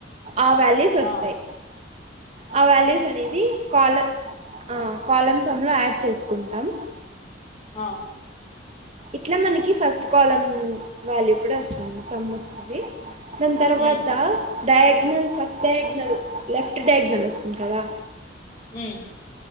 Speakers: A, on the right (about 35°); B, on the left (about 20°).
A: ఆ వాల్ వాల్యూస్
B: ఆ
A: వస్తాయి ఆ వాల్యూస్ అనేది కాల్ ఆ కాలమ్స్ సెమ్ లో యాడ్ చేసుకుంటాం
B: ఆ
A: ఇట్లా మనకి ఫస్ట్ కాలం వాల్యూ కూడా వస్తుంది సమ్ వస్తుంది దాన్ తర్వాత
B: ఉమ్
A: diagonal first diagonal left diagonal వస్తుంది కదా
B: మ్